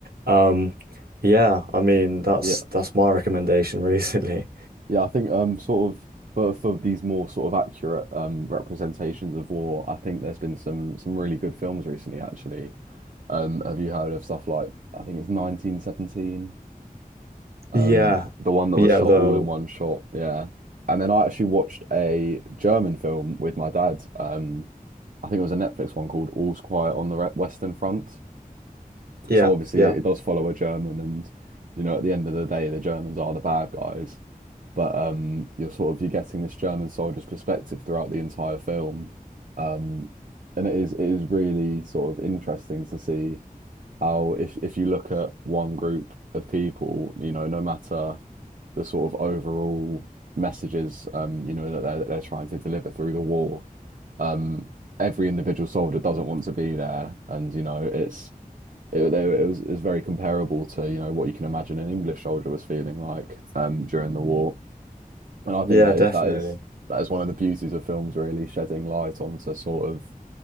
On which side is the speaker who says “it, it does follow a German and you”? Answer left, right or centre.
Right